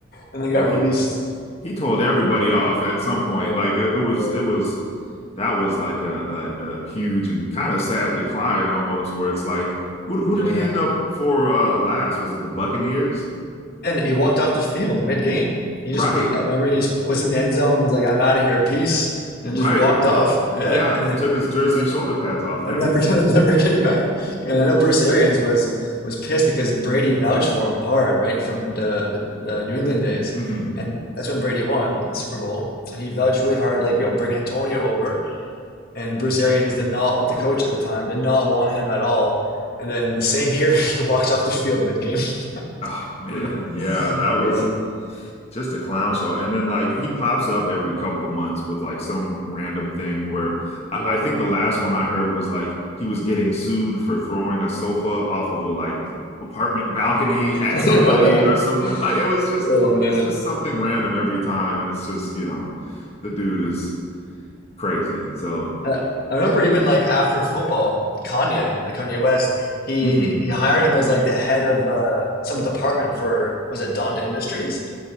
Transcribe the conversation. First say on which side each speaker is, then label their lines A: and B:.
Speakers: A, on the left; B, on the left.
A: and then
B: Well,
A: got
B: he
A: released.
B: he told everybody off at some point.
A: After a
B: Like
A: while.
B: it, it was
A: Yeah,
B: it was that was like a a, a huge and kind of sad decline almost where it's like who who
A: yeah.
B: did he end up for uh last? Was it the Buccaneers?
A: And he walked off the field mid-game. He
B: Right.
A: just, I remember he just was in the end zone, was like, I'm out of here, peace, and
B: Right.
A: just walked off. Yeah,
B: Yeah,
A: and then
B: took his jersey
A: and,
B: and shoulder pads off and
A: and
B: everything.
A: never <laughs> never came back. And I know Bruce Arians was was pissed because Brady vouched for him hard, right, from the the, the New England days.
B: hmm
A: And that's when Brady won the Super Bowl. And he vouched really hard, like, you know, bring Antonio over. And Bruce Arians did not, the coach at the time, did not want him at all. And then the same year, <laughs> he walked off the field mid-game.
B: Oh
A: <laughs>
B: man,
A: Brutal.
B: yeah,
A: <laughs>
B: that
A: Brutal.
B: was just a clown show. And then like he pops up every couple of months with like some random thing where I,
A: Yeah.
B: I think the last one I heard was like he was getting sued for throwing a sofa off of a like apartment balcony
A: <laughs> I
B: at somebody
A: didn't know that.
B: or something. Like it was just
A: Oh man.
B: it's just something random every time, and it's just you know the dude is crazy. So
A: Uh, I remember even like after football, Kanye, like Kanye West, he
B: mhm.
A: he hired him as like the head of uh, some department for was it Donda Industries?